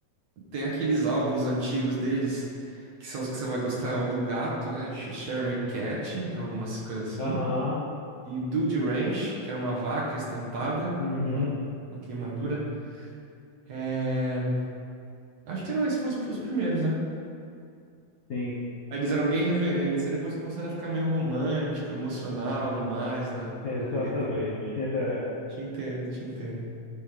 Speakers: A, on the right (about 65°); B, on the left (about 50°).
A: Tem aqueles álbuns antigos deles, que são os que você vai gostar, é o do gato, né? Sh- Sherry Cat, algumas coisas assim.
B: Aham,
A: e Dude Ranch, que era uma vaca estampada
B: uhum,
A: com uma, uma queimadura. É, Acho que eram esses foram os, os primeiros, né?
B: sim,
A: Aí Eles eram bem reverentes, aí depois começaram a ficar meio romântico, emocional demais na,
B: <laughs> exatamente.
A: na letra.
B: <laughs>
A: Eu te entendo, te entendo.